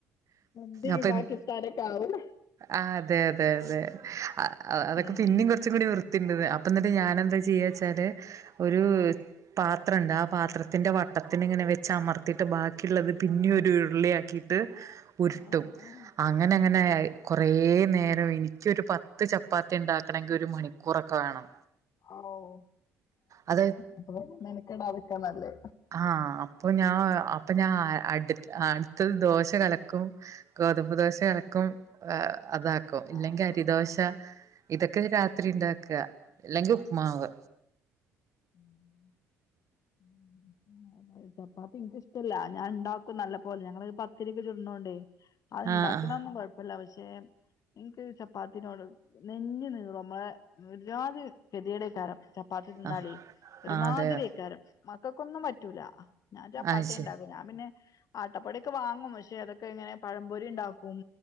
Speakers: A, on the left; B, on the right.
A: എന്ത് ഈ
B: അപ്പൊ
A: പാകിസ്ഥാനൊക്കെ
B: ത്
A: ആവൂലേ
B: ആ അതെ അതെ അതെ അ അ അതൊക്കെ
A: ഉം
B: പിന്നിം കൊർച്ചും കൂടി വ്ർത്തീണ്ട്ന്ന് അപ്പ ന്നിട്ട് ഞാനെന്താ ചെയ്യാച്ചാല് ഒരു പാത്രണ്ട് ആ പാത്രത്തിൻ്റെ വട്ടത്തിന് ഇങ്ങനെ വെച്ച് അമർത്തിട്ട് ബാക്കിള്ളത് പിന്നി ഒരു ഉരുളിയാക്കി ട്ട് ഉരുട്ടും
A: ഉം
B: അങ്ങനങ്ങനെ അഹ് കൊറേ നേരം എനിക്കൊരു പ ത്ത് ചപ്പാത്തി ഇണ്ടാക്കണങ്കിൽ ഒരു മണിക്കൂറൊക്കെ വേണം.
A: ആ ഉ
B: അത്
A: അപ്പ മെനക്കെടാതക്കാ നല്ലേ
B: ആഹ് അപ്പൊ ഞാൻ ഹ് അപ്പൊ ഞാൻ അഹ് അടു അടുത്ത ദോശ കലക്കും. ഗോതമ്പ് ദോശ കലക്കും ഹ് അതാ ക്കും ഇല്ലെങ്കി
A: ആഹ്
B: അരിദോശ
A: ആഹ്
B: ഇതൊക്കെ രാത്രി ഇണ്ടാക്ക അല്ലെങ്കി ഉപ്മാവ്.
A: ഉം ഉം ഉം അഹ് ചപ്പാത്തി ഇൻക്കിഷ്ടല്ല ഞാൻ ഇണ്ടാക്കും നല്ല പോലെ ഞങ്ങളഹ് പത്തിരിഒക്കെ ചുട്ണോണ്ടേ. അത്ണ്ടാക്ണൊന്നും
B: ആഹ്
A: കൊയപ്പല്ല പഷേ ഇൻക്ക് ചപ്പാത്തിനോട് നെഞ്ഞ് നീറും അമ്മളെ ഒരുജാതി കെതിയെടേക്കാരം ച പ്പാത്തി തിന്നാളി
B: ആഹ് ആഹ്
A: ഒരുമാതിരിയേക്കാരം
B: ആഹ് അതെ അതെ
A: മക്കക്കൊന്നും പറ്റൂല ഞാ ചപ്പാത്തിയാ
B: അത് ശരി
A: ഇണ്ടാക്ക ഞാൻ പിന്നെ. ആട്ടപ്പൊടി ഒക്കെ വാങ്ങും പക്ഷെ അതക്കെ ഇങ്ങനെ പഴം പൊരി ഇണ്ടാക്കും